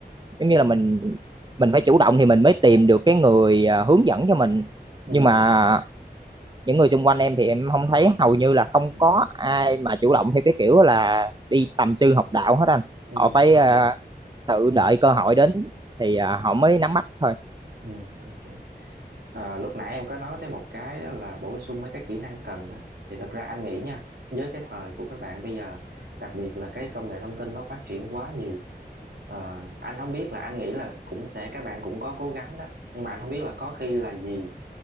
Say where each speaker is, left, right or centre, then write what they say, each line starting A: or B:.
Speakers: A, on the right (about 25°); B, on the right (about 75°).
A: giống như là mình mình phải chủ động thì mình mới tìm được cái người à, hướng dẫn cho mình
B: Ừ.
A: nhưng mà
B: Ừ.
A: những người xung quanh em thì em không thấy hầu như là không
B: Ừ.
A: có ai mà chủ động theo cái kiểu là đi tầm sư học đạo hết anh
B: Ừ.
A: họ phải
B: Ok
A: à, tự đợi cơ hội đến thì à, họ mới nắm bắt thôi
B: Ừ, ok. À, lúc nãy em có nói tới một cái đó là bổ sung mấy cái kỹ năng cần á. Thì thật ra anh nghĩ nha, với cái thời của các bạn bây giờ, đặc biệt là cái công nghệ thông tin nó phát triển quá nhiều. Ờ, anh không biết là anh nghĩ là cũng sẽ các bạn cũng có cố gắng đó, nhưng mà anh không biết là có khi là gì